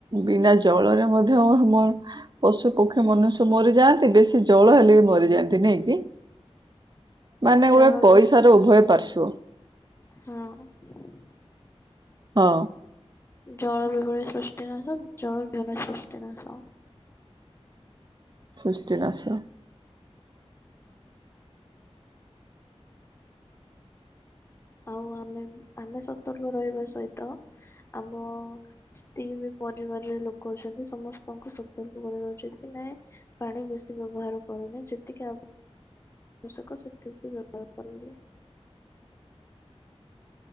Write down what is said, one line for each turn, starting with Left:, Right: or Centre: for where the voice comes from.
Right: ବିନା ଜଳରେ ମଧ୍ୟ ମୋର ମୋର ପଶୁ ପକ୍ଷୀ ମନୁଷ୍ୟ ମରିଯାଆନ୍ତି, ବେଶୀ ଜଳ ହେଲେ ବି ମରିଯାଆନ୍ତି, ନାଇଁ କି? ମାନେ
Left: ଜଳ
Right: ଓୟେ ପଇସାର
Left: ବିହୁରି
Right: ଉଭୟ ପାଶ୍ୱ।
Left: ହଁ।
Right: ହଁ।
Left: ଜଳ ବିହୁଳ ସୃଷ୍ଟି ନାଶ, ଜଳ ବିହନେ ସୃଷ୍ଟି ନାଶ।
Right: ସୃଷ୍ଟିନାଶ।
Left: ଆଉ ଆମେ, ଆମେ ସତର୍କ ରହିବା ସହିତ ଆମ ଯେତିକି ବି ପରିବାରରେ ଲୋକ ଅଛନ୍ତି ସମସ୍ତଙ୍କୁ ଆଉ ଆଉ ଆମେ ଆମେ ସତର୍କ ରହିବା ସହିତ ଆମ ଯେ ତିକିବି କି ବି ପରିବାରରେ ଲୋକ ଅଛନ୍ତି ସମସ୍ତଙ୍କୁ ସତର୍କ କରିବା ଉଚିତ୍ ଯେ ପାଣି ବେଶୀ ବ୍ୟବହାର କରନି, ଯେତିକି ଆବ ଶ୍ୟକ ସେତିକି ବ୍ୟବହାର କରିବେ।